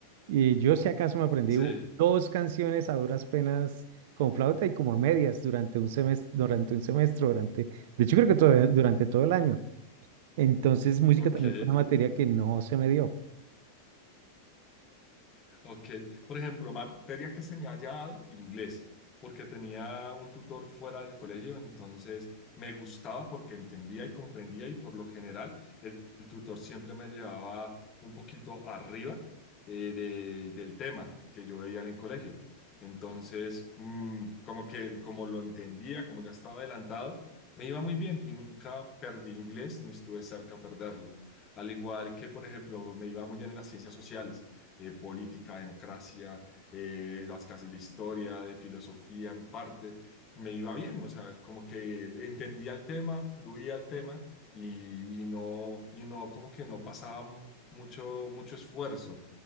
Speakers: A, on the right; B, on the left.
A: Y yo si acaso me aprendí
B: sí,
A: u- dos canciones a duras penas con flauta y como a medias durante un semestre, durante un semestre, durante, de hecho creo que todo, durante todo el año. Entonces música
B: ok.
A: también fue una materia que no se me dio.
B: Ok, por ejemplo, materia que se me haya dado, inglés, porque tenía un tutor fuera del colegio, entonces me gustaba porque entendía y comprendía y por lo general el, el tutor siempre me llevaba un poquito arriba eh, de- del tema que yo veía en el colegio. Entonces, mm, como que como lo entendía, como ya estaba adelantado, me iba muy bien y nunca perdí inglés ni estuve cerca a perderlo. Al igual que, por ejemplo, me iba muy bien en las ciencias sociales eh, política, democracia, eh, las clases de historia, de filosofía en parte, me iba bien, o sea, como que entendía el tema, fluía el tema y, y no, y no, como que no pasaba mucho, mucho esfuerzo,